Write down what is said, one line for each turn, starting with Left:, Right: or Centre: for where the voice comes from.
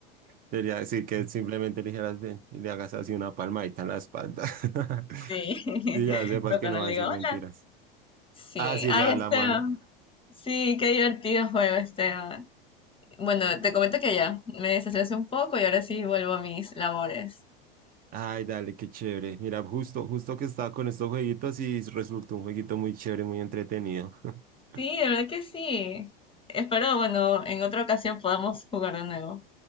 Right: sería decir que simplemente le dijeras ven y le hagas así una palmadita en la espalda. <laughs>
Left: Sí. <laughs>
Right: Y ya sepas
Left: O
Right: que
Left: cuando
Right: no
Left: le
Right: va a decir
Left: digo, hola.
Right: mentiras.
Left: Sí.
Right: Ah, sí,
Left: Ay,
Right: le das
Left: Esteban.
Right: la mano.
Left: Sí, qué divertido juego, Esteban. Bueno, te comento que ya me desestresé un poco y ahora sí vuelvo a mis labores.
Right: Ay, dale, qué chévere. Mira, justo, justo que estaba con estos jueguitos y resultó un jueguito muy chévere, muy entretenido. <laughs>
Left: Sí, de verdad que sí. Espero, bueno, en otra ocasión podamos jugar de nuevo.